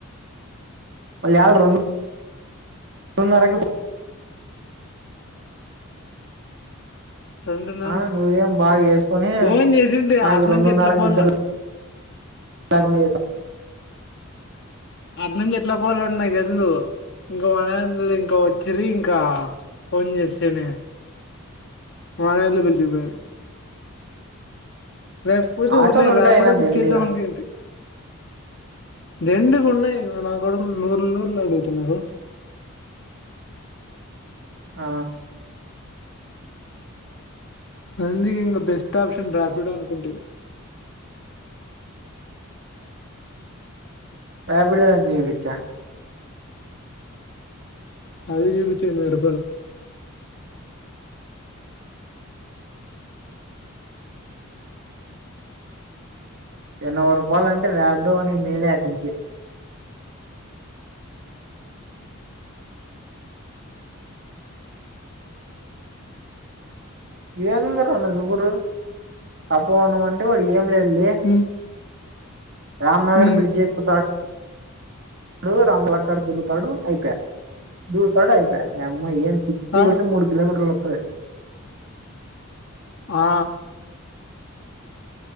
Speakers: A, on the right; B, on the left.
A: వాళ్ళ్ యాడ రెండు డున్నరకు ఫో
B: రెండున్నర
A: ఆ నువ్వేం బాగా వేసుకొని
B: ఫోన్ చేసింటి
A: నాకి
B: ఆడనుంచి
A: రెండున్నరకి
B: ఎట్లా పోల్ల
A: నిద్దర్ల్ లేకుండ చేత్
B: అట్ నుంచి ఎట్లా పోవాలో నాకు తెల్దు ఇంక వన ఇంకా వచ్చిర ఇంకా ఫోన్ చేస్తేనే వానలో విడిచి పోయారు లేకపోతే
A: ఆటోలు
B: ఊరి నే
A: ఉంటాయినా
B: ర్యాపిడో బుక్
A: దండిగా
B: చేద్దాం అనక ఏంటి దెండుగ ఉన్నాయి నా! !!!! నూర్లు నూర్లు అడుగుతున్నారు
A: ఆ
B: అందుకే ఇంకా బెస్ట్ ఆప్షన్ ర్యాపిడో అనుకుంటే
A: ర్యాపిడో జీపించా
B: అదే చూపిచేయి వేయి రూపాయిలు
A: నలభై రూపాయలు అంటే ర్యాపిడో అని మేలే అట్టునుంచి ఏంది రా నజువురు అబ్బ నువు అంట్ ఇక్కడ కూడా ఏం లేదుంది
B: ఉమ్
A: రామ్ నగర్
B: ఉమ్,
A: బ్రిడ్జ్ ఎక్కుతాడు అడు రంగ లక్కడు తిరుగుతాడు అయిపోయే దుకుతాడు అయిపోయే నీ అమ్మ ఏన్ తిప్పి
B: ఆ
A: కొడుతే మూడు కిలోమీటర్ల వస్తది
B: ఆ